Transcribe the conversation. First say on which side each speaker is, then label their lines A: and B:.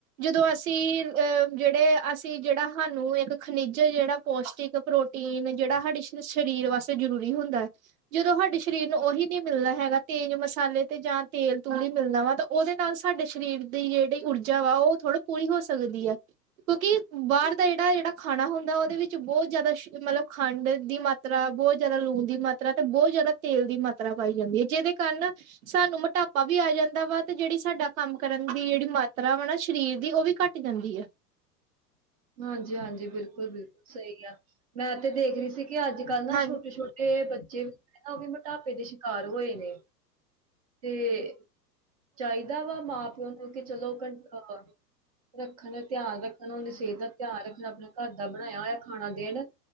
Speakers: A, on the right; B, on the right.
A: ਜਦੋਂ ਅਸੀਂ ਅ ਜਿਹੜੇ ਅਸੀਂ ਜਿਹੜਾ ਸਾਨੂੰ ਇੱਕ ਖਣਿਜ ਜਿਹੜਾ ਪੌਸ਼ਟਿਕ ਪ੍ਰੋਟੀਨ ਜਿਹੜਾ ਸਾਡੇ ਸਰੀਰ ਵਾਸਤੇ ਜ਼ਰੂਰੀ ਹੁੰਦਾ ਹੈ, ਜਦੋਂ ਸਾਡੇ ਸਰੀਰ ਨੂੰ ਉਹੀ ਨਹੀਂ ਮਿਲਦਾ ਹੈਗਾ। ਤੇਜ਼ ਮਸਾਲੇ ਤੇ ਜਾਂ ਤੇਲ ਤੂਲ ਈ ਮਿਲਦਾ, ਵਾ ਤਾਂ ਉਹਦੇ ਨਾਲ ਸਾਡੇ ਸਰੀਰ ਦੀ ਜਿਹੜੀ ਊਰਜਾ ਵਾ ਉਹ ਥੋੜੀ ਪੂਰੀ ਹੋ ਸਕਦੀ ਹੈ। ਕਿਉਂਕਿ ਬਾਹਰ ਦਾ ਜਿਹੜਾ ਜਿਹੜਾ ਖਾਣਾ ਹੁੰਦਾ ਉਹਦੇ ਵਿੱਚ ਬਹੁਤ ਜ਼ਿਆਦਾ ਸ਼ ਮਤਲਬ ਖੰਡ ਦੀ ਮਾਤਰਾ ਬਹੁਤ ਜਿਆਦਾ ਲੂਣ ਦੀ ਮਾਤਰਾ ਤੇ ਬਹੁਤ ਜਿਆਦਾ ਤੇਲ ਦੀ ਮਾਤਰਾ ਪਾਈ ਜਾਂਦੀ ਹੈ ਜਿਹਦੇ ਕਾਰਨ ਸਾਨੂੰ ਮੋਟਾਪਾ ਵੀ ਆ ਜਾਂਦਾ ਵਾ ਤੇ ਜਿਹੜੀ ਸਾਡਾ ਕੰਮ ਕਰਨ ਦੀ ਜਿਹੜੀ ਮਾਤਰਾ ਵਾ ਨਾ ਸ਼ਰੀਰ, ਦੀ ਉਹ ਵੀ ਘੱਟ ਜਾਂਦੀ ਹੈ।
B: <unintelligible> ਹਾਂਜੀ ਹਾਂਜੀ ਬਿਲਕੁਲ ਬਿਲਕੁਲ ਸਹੀ ਆ ਮੈਂ, ਤੇ ਦੇਖ ਰਹੀ ਸੀ ਕਿ ਅੱਜ-ਕੱਲ੍ਹ ਨਾ
A: ਹਾਂਜੀ
B: ਛੋਟੇ-ਛੋਟੇ ਬੱਚੇ ਵੀ ਜਿਹੜੇ ਉਹ ਵੀ ਮੋਟਾਪੇ ਦੇ ਸ਼ਿਕਾਰ ਹੋਏ ਨੇ, ਤੇ ਚਾਹੀਦਾ ਵਾ ਮਾਂ ਪਿਓ ਨੂੰ ਕਿਉਂਕਿ ਚਲੋ ਕੰਟ ਅ ਰੱਖਣ ਧਿਆਨ ਰੱਖਣ ਉਹਦੀ ਸਿਹਤ ਦਾ ਧਿਆਨ ਰੱਖਣਾ, ਆਪਣਾ ਘਰ ਦਾ ਬਣਾਇਆ ਹੋਇਆ ਖਾਣਾ ਦੇਣ